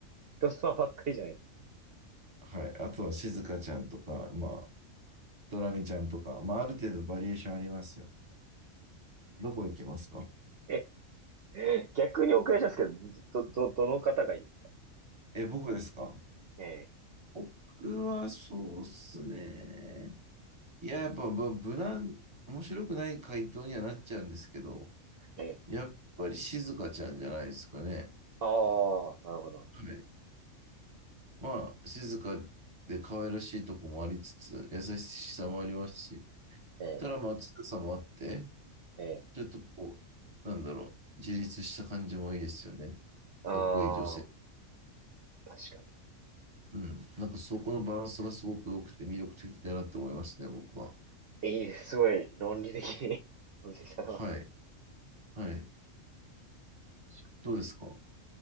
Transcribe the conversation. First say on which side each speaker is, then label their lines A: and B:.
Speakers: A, on the right; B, on the right.
A: 人様ばっかりじゃないです
B: はい。あとは、静香かちゃんとか、まあ、ドラミちゃんとか、まあ、ある程度バリエーションありますよ。どこ行きますか
A: ええ逆にお伺いしますけど、ど、ど、どの方がいいんですか
B: え、僕ですか
A: え
B: 僕はそうっすね。いや、やっぱ、ぶ無難、面白くない回答にはなっちゃうんですけど、
A: え、ええ。
B: やっぱり静香かちゃんじゃないですかね。
A: ああ、なるほど。
B: はい。まあ、静かで可愛らしいとこもありつつ、優しさもありますし、
A: ええ、
B: たらまあ強さもあって、
A: ええ。
B: ちょっとこう、なんだろう、自立した感じもいいですよね。かっこいい女性。
A: ああ、確かに。
B: うん。なんかそこのバランスがすごく良くて魅力的だなって思いましたね、僕は。
A: いいです。すごい論理的に <laughs> 分析され
B: はい。
A: <laughs> ますね。
B: はい。
A: 確かに。
B: どうですかは